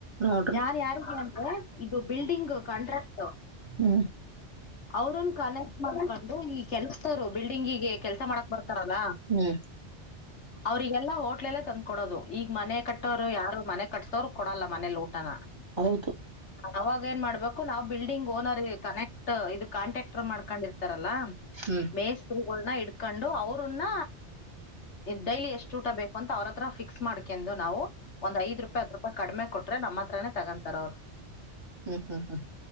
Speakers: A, on the right; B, on the left.
A: ನೋಡ್ರಿ
B: ಯಾನ್ ಯಾರಿಗೆ ಅಂದ್ರೆ ಇದು ಬಿಲ್ಡಿಂಗ್ ಕಾಂಟ್ರಾಕ್ಟ್
A: ಹ್ಮ್
B: ಅವ್ರನ್ ಕನೆಕ್ಟ್ ಮಾಡಕೊಂಡು ಈ ಕೆಲ್ಸತಾರ ಬಿಲ್ಡಿಂಗಗೆ ಕೆಲ್ಸ ಮಾಡಕ್ ಬರ ಲ್ಲ
A: ಹ್ಮ್
B: ಅವ್ರಿಗೆಲ್ಲಾ ಹೋಟ್ಲೆಲ್ಲೇ ತಂದ್ ಕೊಡೋದು ಈಗ ಮನೆ ಕಟ್ಟೋರು ಯಾರು ಮನೆ ಕಟ್ತೋರು ಕೊಡಲ್ಲ ಮನೆ ಲೋಟನ
A: ಹೌದು
B: ಅವಾಗ ಏನ್ ಮಾಡ್ಬೇಕು ನಾವ್ ಬಿಲ್ಡಿಂಗ್ ಓನರ್ ಕನೆಕ್ಟ್ ಇದು ಕಾಂಟ್ಯಾಕ್ಟರ್ ಮಾಡ್ಕೊಂಡಿರ್ತಾರೆ ಲ್ಲ
A: ಹ್ಮ್
B: ಮೇಸ್ರುಗಳನ್ನ ಇಡ್ಕೊಂಡು ಅವ್ರನ್ನ ಡೈಲಿ ಎಷ್ಟು ಊಟ ಬೇಕು ಅಂತ ಅವ್ರ ಹತ್ರ ಫಿಕ್ಸ್ ಮಾಡ್ಕೊಂಡಂಡ್ ನಾವು ಒಂದ್ಐ್ ರೂಪಾಯಿ ಹತ್ರ ಕಡಿಮೆ ಕೊಟ್ರೆ ನಮ್ಮ ಹತ್ರಾನೇ ತಗೊಂತಾರ ಅವರು
A: ಹ್ಮ್ ಹ್ಮ್ ಹ್ಮ್